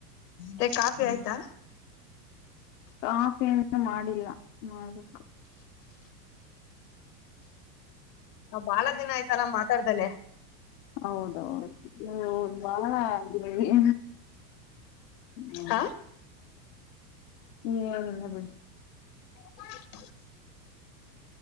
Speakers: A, on the left; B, on the left.
A: ಮೆ ಕಾಫಿ
B: ಹ್ಮ್
A: ಆಯ್ತಾ.
B: ಕಾಫಿ ಇನ್ನೂ ಮಾಡಿಲ್ಲ ಮಾಡಬೇಕ.
A: ನಾ ಬಾಳ ದಿನ ಆಯ್ತಲ್ಲ ಮಾತಾಡ್ದಲೆ.
B: ಹೌದೌದು ಬಾಳಏ. ಹ್ಮ.
A: ಹ
B: ಏನಿಲ್ಲ ಬಿಡಿ.
A: ಹಾ